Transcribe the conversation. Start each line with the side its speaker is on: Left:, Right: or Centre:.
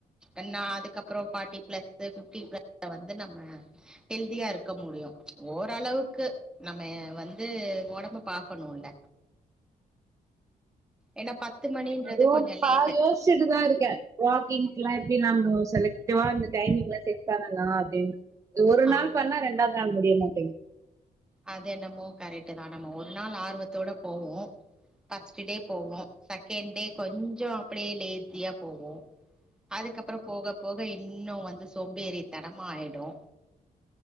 Centre: என்னா அதுக்கப்றோ பார்ட்டி பிளஸ்சு பிப்டி பிளஸ்சு வந்து நம்ம ஹெல்தியா இருக்க முடியு ஓரளவுக்கு நம்ம வந் து ஒடம்ப பாக்கணுல்ல ஏன்னா பத்து மணின்றது
Right: அதுவு
Centre: கொஞ்சம்
Right: பாயஸ்
Centre: லேட்டு
Right: ச்சிட்டுதா இருக்கே வாக்கிங்ல்லா எப்டி நாம்ம செலக்டிவா அந்த டைமிங்ல்லா செட் பண்ணலா அப்படின் ஒரு நாள்
Centre: ஆமா
Right: பண்ணா ரெண்டாவது நாள் முடிய மாட்டேங்
Centre: அது என்னமோ கரெக்ட் தா நம்ம ஒரு நாள் ஆர்வத்தோட போவோ ஃபர்ஸ்ட் டே போவோ செகண்ட் டே கொஞ்சோ அப்படியே லேஸியா போவோ அதுக்கப்றோ போக போக இன்னும் வந்து சொம்பேறி தனமா ஆயிடும்